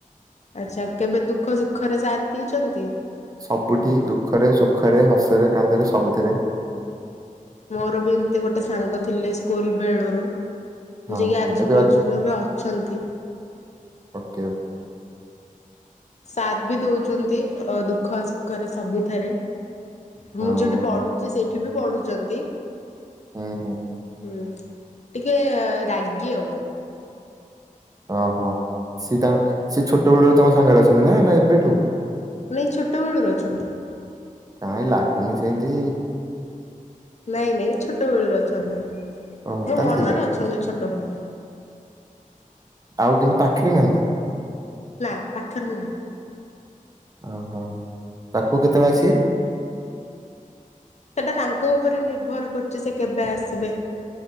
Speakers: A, on the left; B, on the right.
A: ଆଚ୍ଛା କେବେ ଦୁଃଖ ସୁଖରେ ସାଥ୍ ଦେଇଛନ୍ତି।
B: ସବୁଠି ଦୁଃଖରେ ସୁଖରେ ହସରେ କାନ୍ଦରେ, ସବୁଥିରେ
A: ମୋର ବି ଏମିତି ଗୋଟେ ସାଙ୍ଗ ଥିଲେ ସ୍କୁଲ ବେଳୁରୁ ଯଏକି
B: ହଁ
A: ଆଜି
B: ଏବେ
A: ପର୍ଯ୍ୟନ୍ତ
B: ଅଛି
A: ବି ଅଛନ୍ତି।
B: ଓକେ
A: ସାଥ୍ ବି ଦଉଛନ୍ତି। ଅ ଦୁଃଖ ସୁଖରେ ସବୁଥିରେ ମୁଁ
B: ହଁ
A: ଯୋଉଠି ପଢୁଛି ସେଠି ବି ପଢୁଛନ୍ତି।
B: ହୁଁ ହୁଁ,
A: ହଁ ଟିକେ ରାଗି ଆଉ
B: ଓହୋ ସିଏ ତାଙ୍କ ସିଏ ଛୋଟ ବେଳୁ ତମ ସାଙ୍ଗରେ ଅଛନ୍ତି। ନା ଏବେଠୁ
A: ନାଇଁ ଛୋଟ ବେଳୁରୁ ଅଛନ୍ତି।
B: କାହିଁ ଲାଗୁନି ସେମିତି,
A: ନାଇଁ ନାଇଁ ଛୋଟ ବେଳୁରୁ ଅଛନ୍ତି।
B: ଓହୋ
A: ମୋ
B: ତାହଲେ
A: ମନରେ
B: ଠିକ ଅଛି।
A: ଅଛନ୍ତି ଛୋଟ ବେଳୁ
B: ଆଉ କିନ୍ତୁ ପାଖରେ ନାହାନ୍ତି।
A: ନା ପାଖରେ ନାହାନ୍ତି
B: ଓହୋ ପାଖକୁ କେତେବେଳେ ଆସିବେ।
A: ସେଟା ତାଙ୍କ ଉପରେ ନିର୍ଭର କରୁଛି। ସେ କେବେ ଆସିବେ